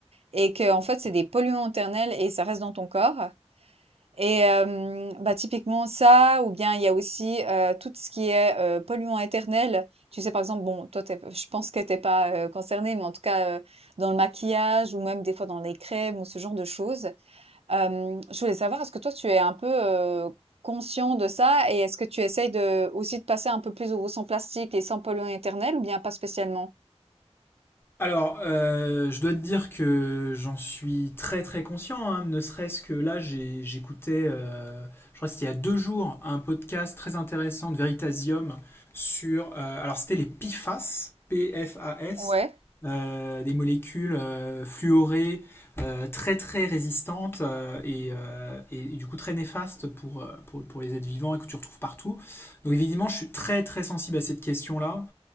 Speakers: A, on the right (about 65°); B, on the left (about 20°).
A: et que en fait, c'est des polluants éternels et ça reste dans ton corps. Et hem, bah, typiquement ça ou bien il y a aussi, heu, tout ce qui est, heu, polluant éternel. Tu sais, par exemple, bon, toi, tu je pense que tu pas, heu, concernée, mais en tout cas, heu, dans le maquillage ou même des fois dans les crèmes ou ce genre de choses. Hem, je voulais savoir, est-ce que toi, tu es un peu, heu, conscient de ça et est-ce que tu essayes de aussi de passer un peu plus au sans plastique et sans polluant éternel ou bien pas spécialement?
B: Alors, euh, je dois te dire que j'en suis très très conscient, hein, ne serait-ce que là, j'ai- j'écoutais, euh, je crois que c'était il y a deux jours, un podcast très intéressant de Veritasium sur, euh, alors c'était les PFAS, P-F-A-S,
A: Ouais.
B: euh, des molécules euh, fluorées euh, très très résistantes euh, et, euh, et- et du coup très néfastes pour, euh, pour, pour les êtres vivants et que tu retrouves partout. Donc évidemment, je suis très très sensible à cette question-là.